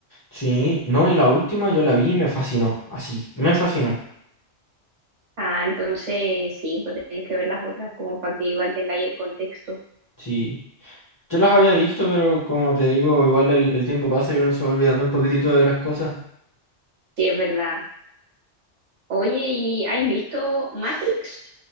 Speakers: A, on the left (about 15°); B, on the right (about 75°).
A: Sí, no, y la última yo la vi y me fascinó, así, me fascinó.
B: Ah, entonces sí, pues tenéis que ver las otras como para que igual tengáis el contexto.
A: Sí, yo las había visto, pero como te digo, igual el, el tiempo pasa y uno se va olvidando un poquitito de las cosas.
B: Sí, es verdad. Oye, ¿y has visto Matrix?